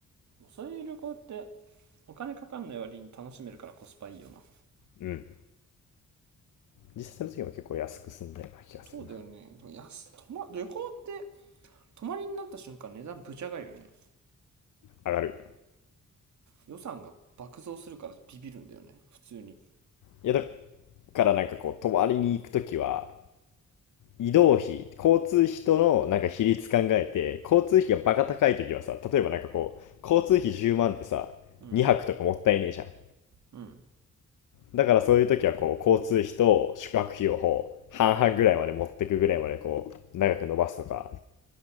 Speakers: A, on the right; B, on the left.
A: そういう旅行って、お金かかんない割に楽しめるからコスパいいよな。
B: うん。実際の時も結構安く済んだような気がするな。
A: そうだよね。でも安泊ま、旅行って、泊まりになった瞬間値段ぶち上がるよね。
B: 上がる。
A: 予算が爆増するからビビるんだよね。普通に。
B: いや、だからなんかこう、泊まりに行く時は、移動費、交通費とのなんか比率考えて、交通費がバカ高い時はさ、例えばなんかこう、交通費10万ってさ、
A: うん。
B: 2泊とかもったいねえじゃん。
A: うん。
B: だからそういう時はこう、交通費と宿泊費をこう、半々ぐらいまで持ってくぐらいまでこう、長く伸ばすとか、